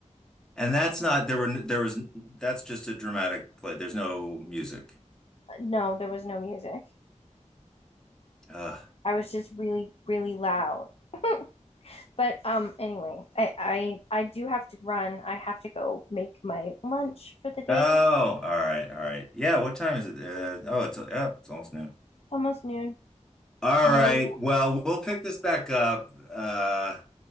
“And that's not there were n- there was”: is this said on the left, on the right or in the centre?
Centre